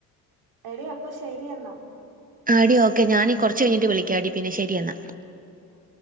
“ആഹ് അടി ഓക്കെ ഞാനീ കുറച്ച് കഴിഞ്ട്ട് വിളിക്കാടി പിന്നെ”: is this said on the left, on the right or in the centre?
Right